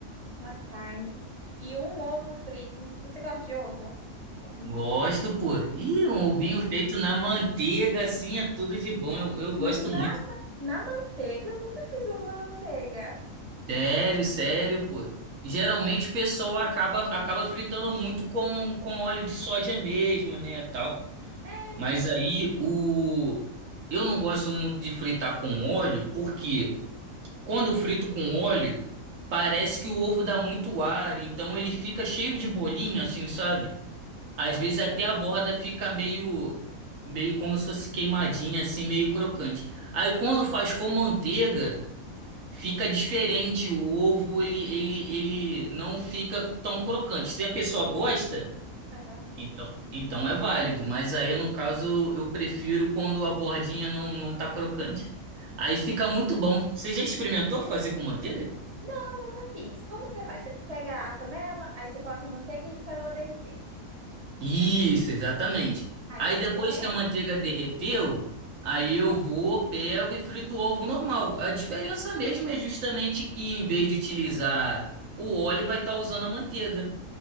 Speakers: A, on the right; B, on the right.
A: uma carne e um ovo frito. Você gosta de ovo? Hum,
B: Gosto, pô. E um ovinho feito na manteiga, assim, é tudo de bom. Eu, eu
A: Na,
B: gosto muito.
A: ma- na manteiga? Eu nunca fiz ovo na manteiga.
B: Sério, sério, pô. Geralmente o pessoal acaba, acaba fritando muito com, com óleo de soja mesmo, né, tal.
A: É,
B: Mas aí o eu não gosto muito de fritar com óleo, porque quando eu frito com óleo, parece que o ovo dá muito ar, então ele fica cheio de bolinha assim, sabe? Às
A: aham.
B: vezes até a borda fica meio meio como se fosse queimadinha assim, meio crocante. Aí quando faz com manteiga, fica diferente o ovo, ele, ele, ele não fica tão crocante. Se a pessoa gosta,
A: Aham.
B: então, então é válido, mas aí no caso eu prefiro quando a bordinha não, não tá crocante. Aí fica muito bom. Você já experimentou fazer com manteiga?
A: não nunca fiz. Como que você faz? Você pega a panela, aí você coloca a manteiga e espera ela derreter.
B: Isso, exatamente.
A: Aí
B: Aí
A: quando
B: depois
A: derrete,
B: que a manteiga derreteu, aí eu vou, pego e frito o ovo normal. A diferença mesmo é justamente que em vez de utilizar o óleo, vai estar usando a manteiga.